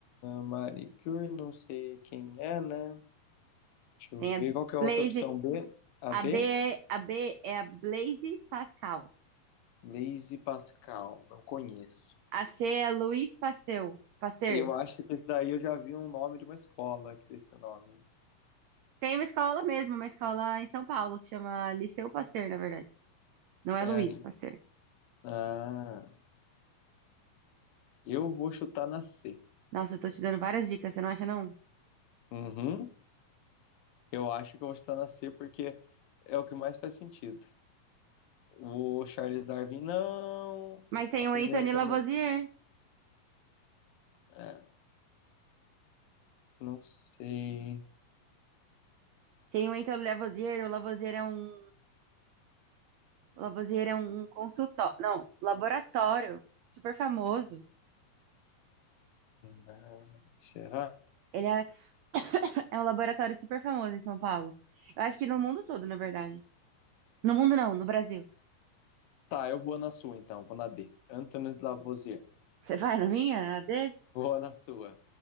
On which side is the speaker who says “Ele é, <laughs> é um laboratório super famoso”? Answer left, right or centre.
Right